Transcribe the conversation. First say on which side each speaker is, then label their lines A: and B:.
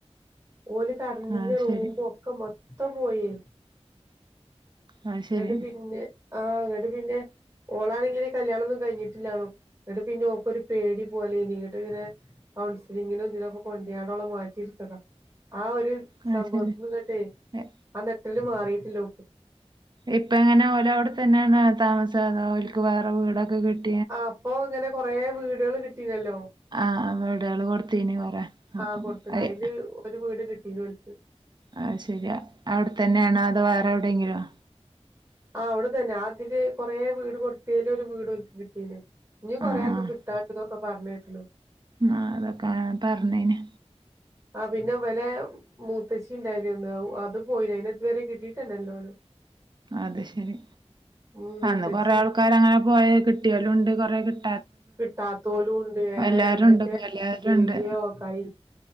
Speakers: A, on the right (about 25°); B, on the right (about 40°).
A: ഓല് കെട്ന്നീന്‌യെ
B: അത്
A: റൂമൊക്കെ
B: ശരി
A: മൊത്തം പോയേ
B: അത്
A: ന്നട്ട്
B: ശരി
A: പിന്നെ ആഹ് ങ്ങട്ട് പിന്നെ ഓളാണെങ്കില് കല്യാണൊന്നും കഴിഞ്ഞിട്ടില്ലാണു ന്നട്ട് പിന്നെ ഓക്കൊരു പേടി പോലെയ്നി ന്നട്ട് ങ്ങനെ കൗൺസിലിങ്ങിനും ഇതിനൊക്കെ കൊണ്ടയാണ്ടോളെ മാറ്റിട്ത്തത ആ ഒരു
B: അത്
A: സംഭവത്തിന്ന്ങ്ങട്ടെ
B: ശരി
A: ആ ന്നെട്ടല് മാറീട്ടില്ലോക്ക്
B: ഇപ്പങ്ങനെ ഓലവ്ട തന്നെണോ താമസ അതോൽക്ക് വേറെ വീടൊക്കെ കിട്
A: ആഹ് ഇപ്പൊ ങ്ങനെ കൊറെ വീടള് കിട്ടീണല്ലോ
B: ആഹ് ആഹ് വിടെള് കൊട്ത്തീനി കൊറെ
A: ആഹ്
B: അപ്പം
A: കൊടുത്ത്ണ്
B: അയ്
A: അയില് ഒരു വീട് കിട്ടീണോൽക്ക്
B: അത് ശെരിയാ ഔടത്തന്നെയാണോ അതോ വേറെ എവിടെങ്കിലുവ
A: ആഹ് അവിടെതന്നെ ആതില് കൊറേ വീട് കൊടുത്തേലൊരു വീട് ഓൽക് കിട്ടീണ് ഇഞ്ഞീം കൊറെ
B: ആഹ്
A: ആക്ക്
B: ആഹ്
A: കിട്ടാണ്ട്ന്നൊക്കെ പർഞ്ഞേക്ക്ണ്
B: ആഹ് അതൊക്ക പർഞ്ഞേന്
A: ആഹ് പിന്നെ വെല മൂത്തച്ചിണ്ടായ്നൊന്ന് അത് പോയിലെ അയ്നെതുവരെ കിട്ടീ <unintelligible>
B: അത് ശെരി
A: ഉം മൂത്തച്ചി
B: അന്ന് കൊറേ ആൾക്കാരങ്ങനെ പോയ കിട്ട്‌യോലൂണ്ട് കൊറെ കിട്
A: കിട്ടാത്തോലുണ്ട് ഏഹ്
B: എല്ലാരും
A: എന്തൊക്കെ
B: ഉണ്ട് ഇപ്പ എല്ലാരും
A: ചെവിയോ
B: ഉണ്ട്
A: കയ്